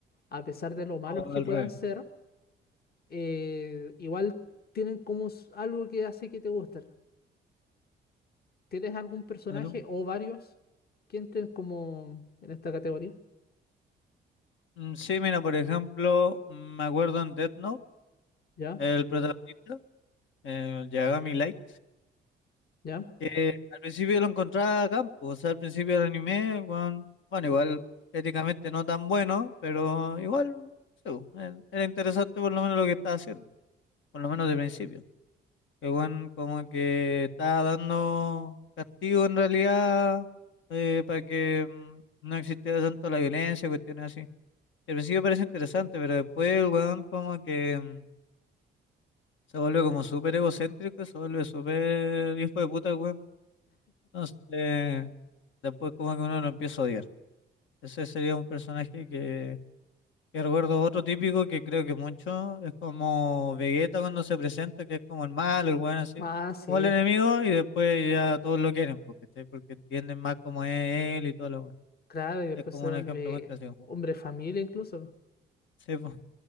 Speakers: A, on the left (about 50°); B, on the left (about 75°).
A: a pesar de lo malos
B: Todo
A: que
B: al
A: puedan
B: revés.
A: ser eh, igual tienen como s- algo que hace que te gusten. ¿Tienes algún personaje
B: Claro.
A: o varios que entren como en esta categoría?
B: Mm, Sí, mira, por ejemplo, mm, me acuerdo en Death Note,
A: ¿Ya?
B: el protagonista, eh, el Yagami Light,
A: ¿Ya?
B: que al principio lo encontraba a campo, o sea, al principio del anime, el weón, bueno, igual éticamente no tan bueno, pero igual, sí, bo, era era interesante por lo menos lo que estaba haciendo, por lo menos de principio. Que bueno, como que estaba dando castigo en realidad eh, para que mm, no existiera tanto la violencia, cuestiones así. Al principio parece interesante, pero después el weón como que mm, se vuelve como súper egocéntrico, se vuelve súper hijo de puta, weón. Entonces, después como que uno lo empieza a odiar. Ese sería un personaje que, que recuerdo otro típico que creo que mucho es como Vegeta cuando se presenta, que es como el malo, el weón así,
A: Ah, sí,
B: como el enemigo, y después ya todos lo quieren, porque, porque entienden más cómo es él y todo lo weón.
A: claro, y después
B: Es como
A: se
B: un
A: vuelve
B: ejemplo muy clásico.
A: hombre familia incluso.
B: Sí, po,